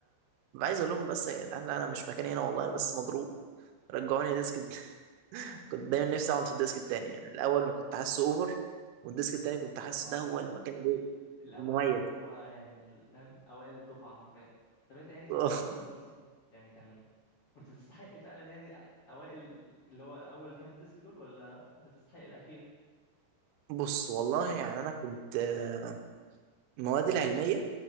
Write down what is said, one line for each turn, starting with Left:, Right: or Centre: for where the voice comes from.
Right: ببقى عايز اقول لهم بس يا جدعان لا انا مش مكاني هنا والله أنا بس مضروب رجعوني ديسك الد- <laughs> كنت دايما نفسي اقعد في الديسك التاني يعني الاول ما كنت حاسه اوفر والديسك التاني كنت حاسه
Left: اه
Right: ده
Left: فاهم
Right: هو
Left: ال...
Right: المكان اللي-
Left: ال... الاول
Right: المميز
Left: ده اللي هو يعني ال- فاهم اوائل الدفعه حرفيا طب انت يعني كمستوى
Right: <laughs>
Left: دراسي يعني كان كنت تستحق فعلا يعني اوائل اللي هو اول كام ديسك دول ولا كنت تستحق الاخير
Right: بص والله يعني انا كنت آه، المواد العلميه